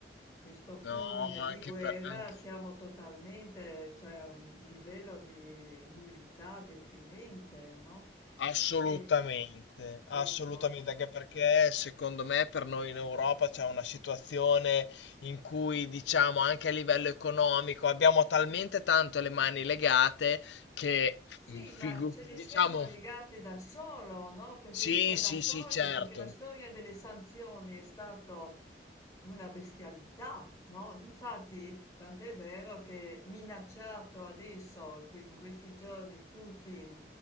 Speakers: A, on the left; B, on the left.
A: questo fulmine
B: no, anche
A: di guerra,
B: per, anche-
A: siamo totalmente, cioè a un livello di nullità deprimente, no?
B: Assolutamente,
A: E, ecco.
B: assolutamente, anche perché secondo me per noi in Europa c'è una situazione in cui, diciamo, anche a livello economico abbiamo talmente tanto le mani legate che,
A: Sì,
B: mm, figu-
A: ma ce
B: diciamo,
A: le siamo legate da solo, no? Perché
B: sì,
A: inso- da
B: sì,
A: soli,
B: sì, certo.
A: perché la storia delle sanzioni è stata una bestialità, no? Difatti, tant'è vero che minacciato adesso, que- in questi giorni, Putin,